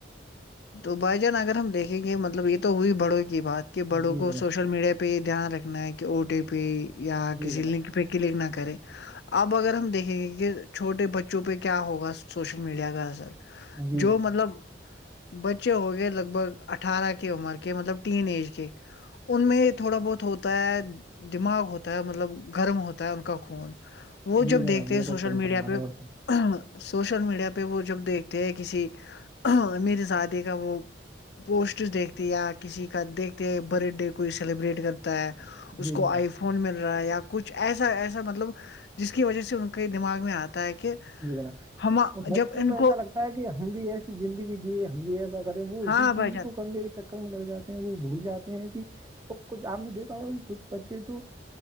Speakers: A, on the left (about 60°); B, on the right (about 20°).
A: تو بھائی جان اگر ہم دیکھیں گے مطلب یہ تو ہوئی بڑوں کی بات کہ بڑوں
B: جی
A: کو
B: جناب
A: سوشل میڈیا پہ پہ دھیان رکھنا ہے کہ او ٹی پی یا
B: جی
A: کسی
B: جناب
A: لنک پہ کلک نہ کرے اب اگر ہم دیکھیں گے کہ چھوٹے بچوں پہ کیا ہوگا سوشل میڈیا کا اثر
B: جی
A: جو
B: جناب
A: مطلب بچے ہوگئے لگ بھگ اٹھارہ کی عمر کے مطلب ین ایج کے ان میں تھوڑا بہت ہوتا ہے دماغ ہوتا ہے مطلب گرم ہوتا ہے ان کا خون وہ
B: جی
A: جب
B: جناب
A: دیکھتے
B: بالکل
A: سوشل
B: صحیح
A: میڈیا
B: فرما
A: پہ
B: رہے ہو آپ
A: سوشل میڈیا پہ وہ جب دیکھتے ہیں کسی میرے شادی کا وہ پوسٹ دیکھتے یا کسی کا دیکھتے برتھ ڈے کوئی سیلیبریٹ کرتے ہے اس
B: جی
A: کو
B: جناب
A: آئیف فون مل رہا ہے یا کچھ ایسا ایسا مطلب جس کی وجہ سے ان کے دماغ میں آتا ہے کہ
B: جی را
A: ہم
B: تو بچوں
A: جب ان
B: کو ایسا لگتا ہے کہ ہگی ایسی زندگی جی ہم یہ ایسا کریں وہ
A: ہاں
B: اسی
A: بھائی
B: چیز
A: جان
B: کو کرنے کے چکر میں لگ جاتے ہیں وہ بھول جاتے ہیں کہ وہ کچھ آپ نے دیکھا ہوا کہ کچھ بچے تو